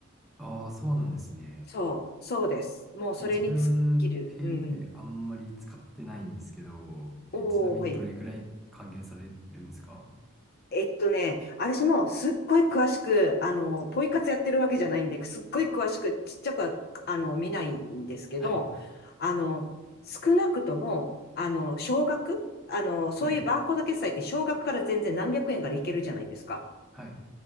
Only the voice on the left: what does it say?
そう、そうです。もうそれに尽きる。
うん。
おー、
はい。えっとね、私もすっごい詳しく、あの、ポイ活やってるわけじゃないんで、すっごい詳しく、ちっちゃくは、あの、見ないんですけど、
あの、少なくとも、あの、少額あの、そういうバーコード決済って少額から全然何百円からいけるじゃないですか。